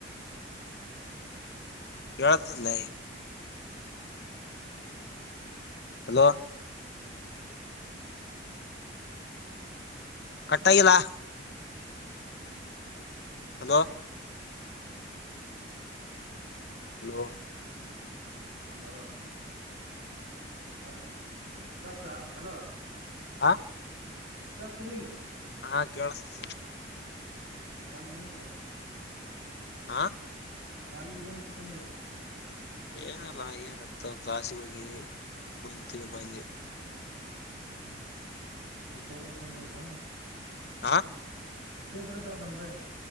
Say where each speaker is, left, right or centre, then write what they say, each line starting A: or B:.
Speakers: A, on the left; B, on the right.
A: ಕಳತದಲೇ ಹಲೋ ಕಟ್ಟಾಗಿಲ್ಲಾ ಹಲೋ ಹಲೋ
B: ಆಗಸ ಹಲೋ
A: ಆ
B: ಕೇಳುಸ್ತದಿಲ್ಲ ಈಗ
A: ಹಾ ಕೆಳಸ್ತದ
B: ಎ ಕಾಲೇಜಇಲ್ಲಾಂತ ಇವತ
A: ಆ
B: ಕಾಲೇಜ ಏನಾಯ್ತು ಪ ಅಂದೆ
A: ಏನಿಲ್ಲಾ ಅಣ್ಣಾ ಏನಾಯಿತು ಕ್ಲಾಸಿಗೆ ಹೋಗಿವಿ ಕುಂತಿವಿ ಬಂದಿವಿ
B: ಹೂ ಹೂ ಮತ ಪೇಪರ ತಂದಿದಂತ
A: ಆ
B: ಪೇಪರ್ ಇತ್ತು ಇವತ ನಮ್ಮದು